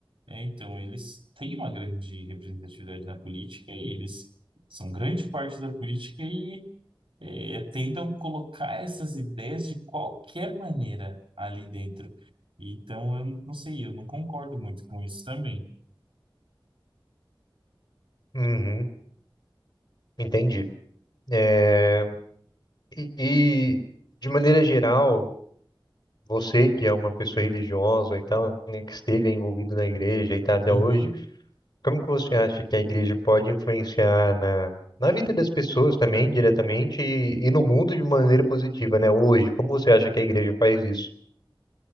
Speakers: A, on the right; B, on the left.
A: É, então, eles têm uma grande representatividade na política e eles são grande parte da política e é, tentam colocar essas ideias de qualquer maneira ali dentro. Então, eu não sei, eu não concordo muito com isso também.
B: uhum, entendi. É, e, e, de maneira geral, você que é uma pessoa religiosa e tal, né, que esteve envolvido na igreja e está até
A: Uhum.
B: hoje, como que você acha que a igreja pode influenciar na Na vida das pessoas também, diretamente, e, e no mundo de maneira positiva, né? Hoje, como você acha que a igreja faz isso?